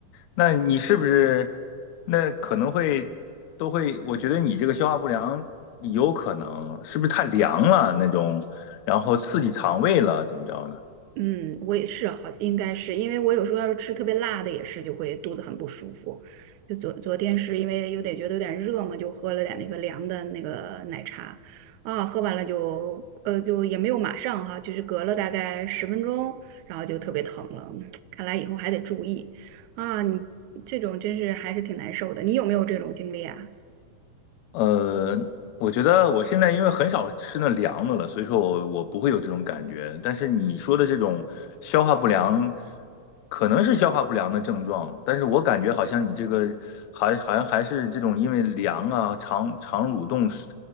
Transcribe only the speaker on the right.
嗯，我也是，好像应该是，因为我有时候要是吃特别辣的，也是就会肚子很不舒服。就昨昨天是因为有点觉得有点热嘛，就喝了点那个凉的那个奶茶，啊，喝完了就呃就也没有马上哈，就是隔了大概十分钟，然后就特别疼了。<tsk> 看来以后还得注意啊，你这种真是还是挺难受的。你有没有这种经历啊？